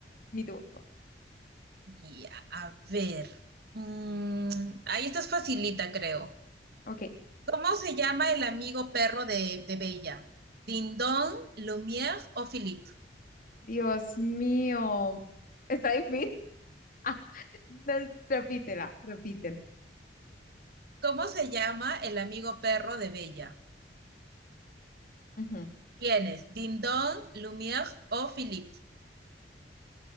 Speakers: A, on the left; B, on the right.
A: mi turno.
B: Ya, a ver. Mm, ahí esta es facilita, creo.
A: Ok.
B: ¿Cómo se llama el amigo perro de, de Bella? ¿Dindon, Lumière o Philippe?
A: Dios mío. Está difícil. <laughs> Ah, no, repítela, repítela.
B: ¿Cómo se llama el amigo perro de Bella?
A: Ujú.
B: Tienes Dindon, Lumière o Philippe.